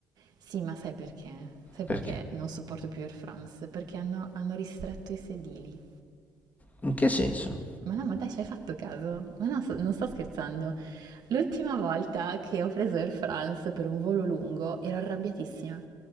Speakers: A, on the right; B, on the left.
A: Sì, ma sai perché? Sai
B: Perché?
A: perché non sopporto più Air France? Perché hanno, hanno ristretto i sedili.
B: In che senso?
A: Ma no, ma dai, ci hai fatto caso? Ma no, sto- non sto scherzando. L'ultima volta che ho preso Air France per un volo lungo ero arrabbiatissima